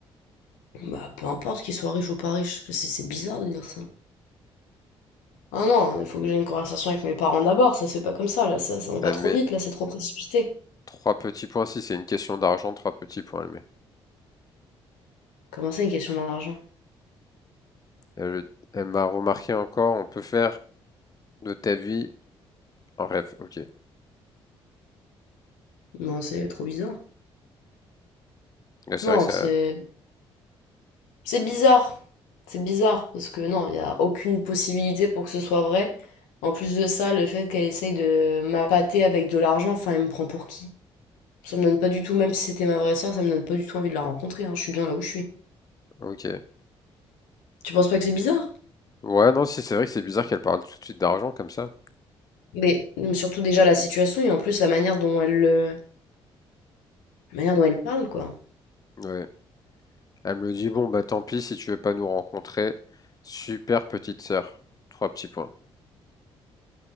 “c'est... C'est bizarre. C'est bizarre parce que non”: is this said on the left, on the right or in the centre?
Left